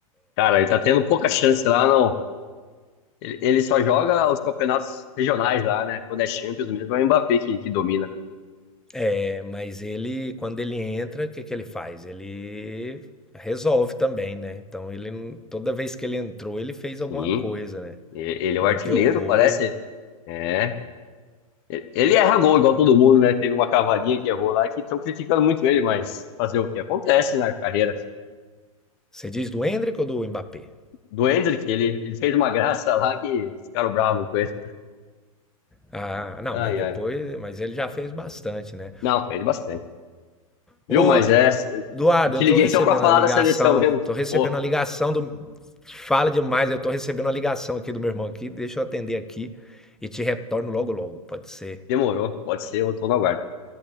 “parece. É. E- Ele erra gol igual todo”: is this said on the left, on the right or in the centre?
Left